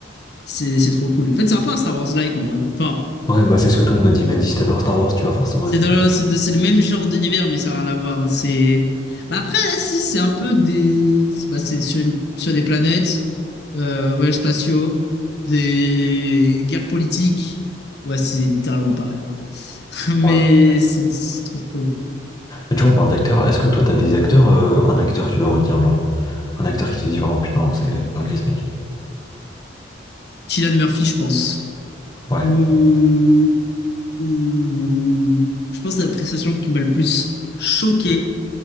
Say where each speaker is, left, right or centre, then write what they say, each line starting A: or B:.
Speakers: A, on the left; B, on the left.
A: C'est c'est trop cool. En fait, c'est un peu un Star Wars-like en vrai. Enfin,
B: Ouais, bah c'est ce que tout le monde m'a dit. Il m'a dit, si t'adores Star Wars, tu vas forcément
A: c'est
B: aimer,
A: dans
B: tu
A: le, c'est c'est le même genre d'univers, mais ça n'a rien à voir. hein. C'est. Bah après, si, c'est un peu des. c'est- Bah, c'est sur, une- sur des planètes, euh, voyages spatiaux, des guerres politiques. Ouais, c'est littéralement pareil en vrai. <laughs> Mais
B: Ouais, ouais.
A: c'est c'est trop cool.
B: Mais tu vois, on parle d'acteurs. Est-ce que toi, t'as des acteurs, euh, un acteur que tu dois retenir, genre? Un acteur qui te dit vraiment, putain, c'est t'es un gris, mec.
A: Cillian Murphy, je pense.
B: Ouais.
A: Ou. Ou. Je pense que la prestation qui m'a le plus choqué,